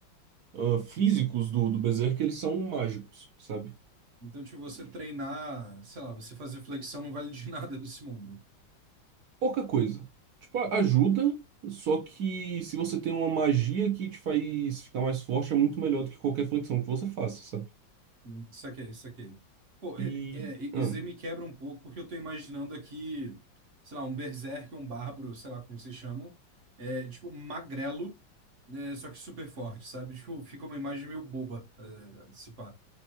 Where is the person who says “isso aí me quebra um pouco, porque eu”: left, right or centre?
Right